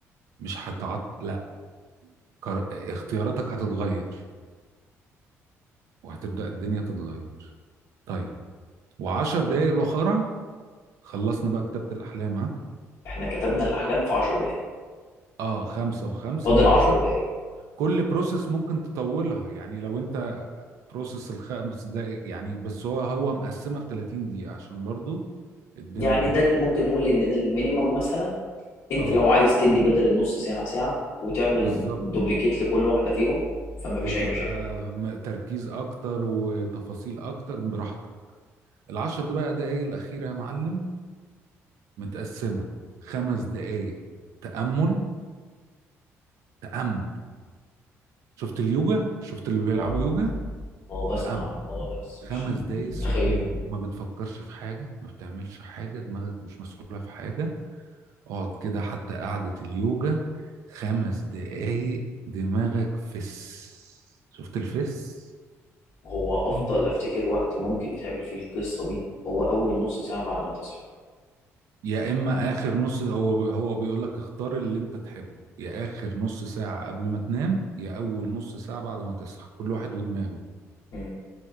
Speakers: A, on the right; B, on the left.
A: مش هتعط لا قر- اختياراتك هتتغير وهتبدأ الدنيا تتغير طيب وعشر دقايق الأخرى خلصنا بقى كتابة الأحلام ها
B: احنا كتبنا الاحلام في 10 دقايق
A: اه خمسة وخمسة
B: فاضل
A: وعشر
B: 10 دقايق
A: كل بروسيس ممكن تطولها يعني لو انت بروسس الخمس دقايق يعني بس هو هو مقسمه في 30 دقيقه عشان برضو الدنيا
B: يعني
A: ما
B: ده ال- ممكن نقول ان ده المينيمم مثلا انت
A: اه
B: لو عايز تدي بدل النص ساعه ساعه وتعمل
A: بالظبط
B: دوبليكيت لكل واحده فيهم فما
A: وتبقى
B: فيش اي مشاكل
A: م- تركيز اكتر وتفاصيل اكتر براحتك العشر ده بقى دقايق الاخيره يا معلم متقسمه خمس دقايق تامل تامل شفت اليوجا شفت اللي بيلعبوا
B: اه
A: يوجا
B: آه، بسمع
A: تامل
B: عن الموضوع ده بس
A: خمس
B: مش
A: دقايق سكون
B: متخيل
A: ما بتفكرش في حاجه ما بتعملش حاجه دماغك مش مسحوله في حاجه اقعد كده حتى قعدة اليوجا خمس دقايق دماغك فس شفت الفس
B: هو افضل افتكر وقت ممكن يتعمل فيه القصه دي هو اول نص ساعه بعد ما تصحى
A: يا اما اخر نص هو بي- هو بيقول لك اختار اللي انت تحبه يا اخر نص ساعة قبل ما تنام يا اول نص ساعة بعد ما تصحى كل واحد ودماغه
B: مم.